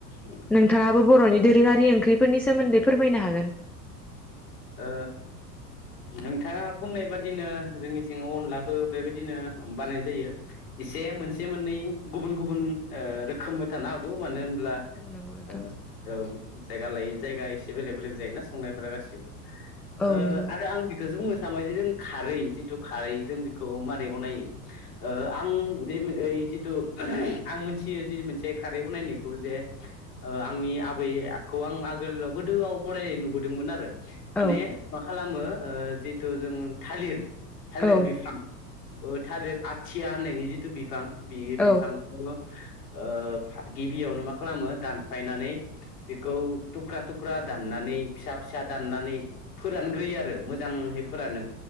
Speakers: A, on the left (about 65°); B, in the centre.
A: औ
B: नों थाङाबो बर'नि दोरोङारि ओंख्रिफोरनि सोमोन्दै फोरमायनो हागोन।
A: ओ नोंथाङा बुंनाय बादिनो जोंनि सिङाव अनलाखो बेबायदिनो बानाय जायो। इसे मोनसे मोननै गुबुन गुबुन ओ रोखोमबो थानो हागौ मानो होनब्ला
B: औ नंगौ नोंथां
A: ओ औ जायगा लायै जायगा एसे बेलेग बेलेग जायोना संनायफोरा गासिबो।
B: औ
A: ओ
B: नंगौ
A: आरो आं बेखोसो बुंनो सानबाय जे जों खारै जिथु खारै जों बेखौ मारै बनायो। ओ आं जिओ जिथु आं मिथियो जि मोनसे खारै बनायनायखौ जे ओ आंनि आबै आखौ आं आगोलाव गोदोआव फरायनाय नुबोद दोंमोन आरो माने
B: औ
A: मा खालामो जिथु जों थालिर थालिर
B: औ
A: बिफां ओ थालिर आथिया होननायनि जिथु बिफां बे
B: औ
A: बिफांख ओ गिबियावनो मा खालामो दानफायनानै बिखौ थुख्रा थुख्रा दाननानै फिसा फिसा दाननानै फोरानग्रोयो आरो मोजांहै फोरानो